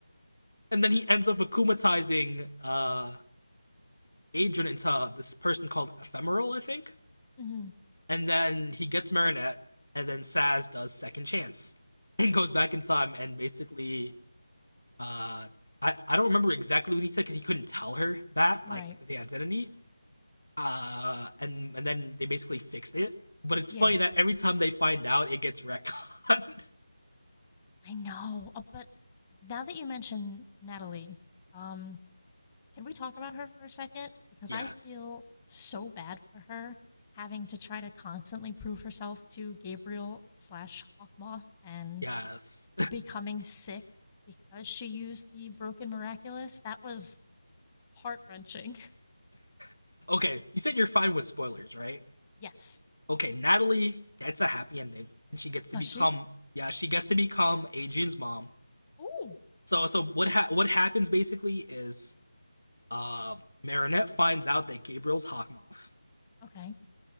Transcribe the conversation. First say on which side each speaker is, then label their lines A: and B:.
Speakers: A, on the left (about 85°); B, on the left (about 15°).
A: and then he ends up akumatizing uh, Adrian into this person called Ephemeral, I think.
B: hmm
A: And then he gets Marinette, and then Saz does Second Chance <laughs> and goes back in time and basically uh, I, I don't remember exactly what he said because he couldn't tell her that,
B: <laughs> right
A: like the identity uh, and and then they basically fixed it. But it's
B: yeah
A: funny that every time they find out, it gets retconned.
B: I know, uh, but now that you mention Natalie, um, can we talk about her for a second? Because
A: <laughs> yes,
B: I feel so bad for her having to try to constantly prove herself to Gabriel slash Hawkmoth and
A: yes.
B: becoming sick because she used the broken miraculous. That was heart wrenching.
A: <laughs> okay, you said you're fine with spoilers, right?
B: <laughs> yes.
A: Okay, Natalie gets a happy ending, and she gets to
B: Does
A: become
B: she?
A: yeah, she gets to become Adrian's mom.
B: Ooh.
A: So so what ha- what happens basically is uh, Marinette finds out that Gabriel's Hawkmoth.
B: Okay.